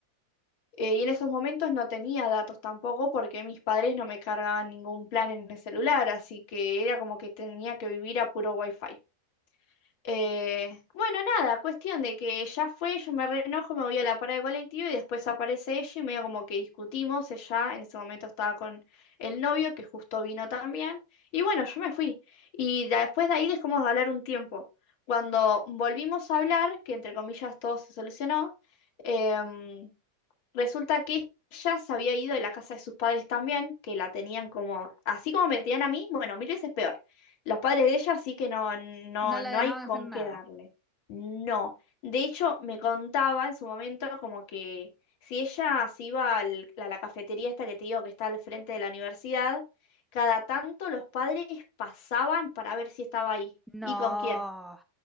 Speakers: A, on the left; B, in the centre.
A: Eh, y en esos momentos no tenía datos tampoco porque mis padres no me cargaban ningún plan en el celular, así que era como que tenía que vivir a puro wifi. Eh, bueno, nada, cuestión de que ya fue, yo me reenojo, me voy a la parada de colectivo y después aparece ella y medio como que discutimos, ella en ese momento estaba con el novio que justo vino también y bueno, yo me fui y da- después de ahí dejamos de hablar un tiempo. Cuando volvimos a hablar, que entre comillas todo se solucionó, em, Resulta que ella se había ido de la casa de sus padres también, que la tenían como, así como me tenían a mí, bueno, mil veces peor. Los padres de ella sí que no, no,
B: No la
A: no
B: dejaban
A: hay con
B: hacer nada.
A: qué darle. No. De hecho, me contaba en su momento como que si ella se iba al- a la cafetería esta que te digo que está al frente de la universidad, cada tanto los padres pasaban para ver si estaba ahí.
B: No,
A: ¿Y con quién?